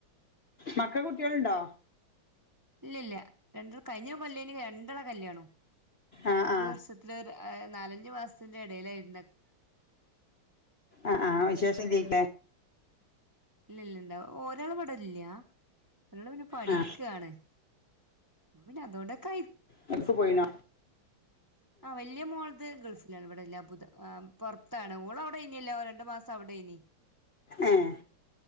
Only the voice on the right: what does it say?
ഇല്ല ഇല്ല രണ്ടര കഴിഞ്ഞു ല് രണ്ടാൾടെ കല്യാണം
ഒരുവർഷത്തിലെ
നാലഞ്ചു മാസത്തിന്റെ ഇടയിലായിരുന്നു
ഇല്ല ഇല്ല ഇല്ല ഒരാളിവടെ ഇല്ലാ ഒരാളെ പിന്നെ പഠിക്കാണെ
പിന്നെ അതുകൊണ്ടക്കെ
ആ വലിയ മോളതെ ഗൾഫിലാണ് ഇവിടെല്ല അബുദാ പുറത്താണ് ഓള് അവിടെ ഇനല്ല രണ്ടു മാസം അവിടെ ഇ ഈ